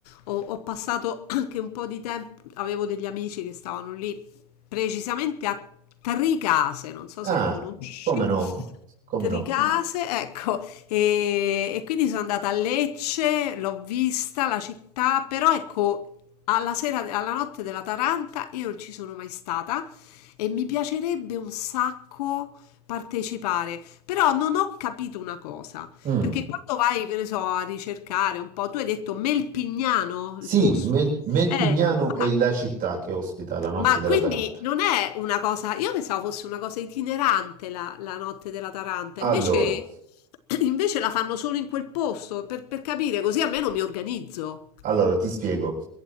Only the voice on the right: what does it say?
Ah,
come no? Come
no?
Mm.
Sì,
Mel- Melpignano
è la città che ospita la notte
della
Taranta.
Allora,
Allora, ti spiego.